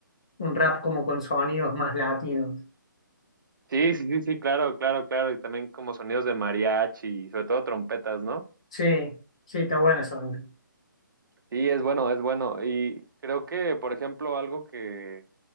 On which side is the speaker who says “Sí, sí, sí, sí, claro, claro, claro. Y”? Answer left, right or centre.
Right